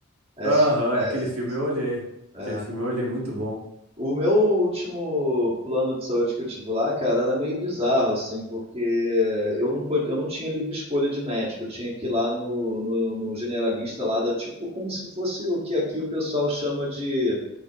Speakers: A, on the right (about 30°); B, on the right (about 90°).
A: SOS.
B: Aham, é, aquele filme eu olhei.
A: É.
B: Aquele filme eu olhei, muito bom.
A: O meu último plano de saúde que eu tive lá, cara, era meio bizarro, assim, porque eu não podia, eu não tinha livre escolha de médico, eu tinha que ir lá no, no, no generalista lá, da, tipo, como se fosse o que aqui o pessoal chama de